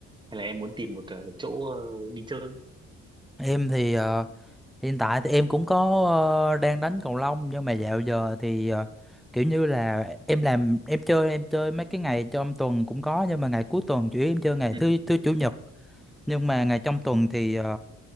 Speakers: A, on the right (about 15°); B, in the centre.
A: hay là em muốn tìm một ờ, chỗ ờ, đi chơi.
B: Em thì ờ, hiện tại thì em cũng có ờ, đang đánh cầu lông nhưng mà dạo giờ thì ờ, kiểu như là em làm em chơi em chơi mấy cái ngày trong tuần cũng có nhưng mà ngày cuối tuần chủ yếu em chơi ngày
A: Ừ.
B: thứ thứ chủ nhật Nhưng mà ngày trong tuần thì ờ,